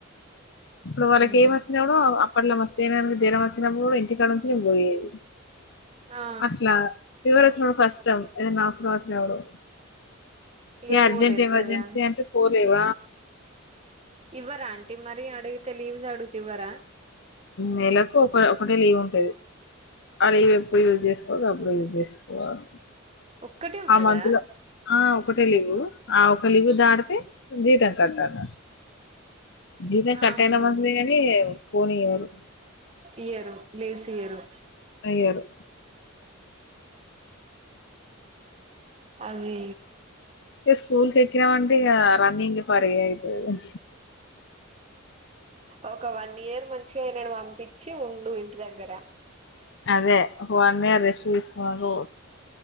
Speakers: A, on the left; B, on the right.
A: ఇప్పుడు వాళ్ళకి
B: ఉమ్.
A: ఏం వచ్చినాగూడా అట్ల మా స్నిధరం వచ్చినప్పుడు కూడా ఇంటికాడ నుంచి పోయేది
B: ఆ
A: అట్లా ఫీవర్ వచ్చినడు కస్టం ఏదన్న అవసరం ఒచనపుడు
B: ఇగ
A: ఏ
B: పోలేరు
A: అర్జెంట్ ఎమర్జెన్సీ
B: కదా
A: అంటే కో ఎవ
B: ఇవ్వరా ఆంటీ మరి అడగి టై లీవ్స్ ఆడుగుతవ్వరా
A: నెలకు ఒక ఒకటే లీవ్ ఉంటది ఆ లీవ్ ఎప్పుడు యూజ్ చేసుకోవాల అప్పుడు యూజ్ చేసుకోవాలి
B: ఒక్కటే ఉంటదా
A: ఆ మంత్ లో ఆ ఒకటే లీవు ఆ ఒక లివు దాడితే జీతం కట్టను జీతం కట్టయినా
B: ఆహా
A: మంచిదే కానీ పోనీయరు
B: ఇయరు లేేసియరు
A: అయ్యారు
B: అదీ
A: ఏ స్కూల్ కి ఎక్కినా అంటే ఇక రన్నింగ్ పరి అవుతుంది
B: ఒక వన్ ఇయర్ మంచిగా నను పంపించి ఉండు ఇంటి దగ్గర
A: అదే వన్ ఇయర్ రెస్ట్ తీసుకు పో